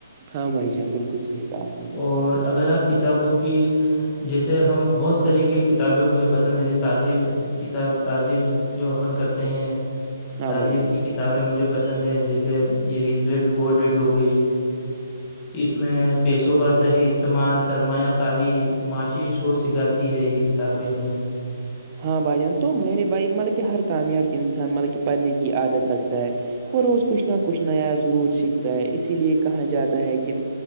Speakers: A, on the right; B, on the left.
A: ہاں بھائی جان بالکل صحیح کہا آپ نے
B: اور اگر آپ کتابوں کی جیسے ہم بہت سرےح کی کتابیں مجھے پسند ہیں یہ تاجر کتاب تاجر جو اپن کرتے ہیں
A: ہاں
B: تاجر
A: بھائی جان
B: کی کتابیں مجھے پسند ہیں جیسے یہ ریس ڈیٹ فور ڈیٹ ہو گئی
A: <inaudible>
B: اس میں پیسوں کا صحیح استعمال سرمایہ کاری معاشی سوچ سکھاتی ہے یہ کتاب بھی ہمیں
A: ہ ہاں بھائی جان تو میرے بھائی مطلب کہ ہر کامیاب انسان مطلب کہ پڑھنے کی عادت رکھتا ہے وہ روز کچھ نہ کچھ نیا ضرور سیکھتا ہے اسی لیے کہا جاتا ہے کہ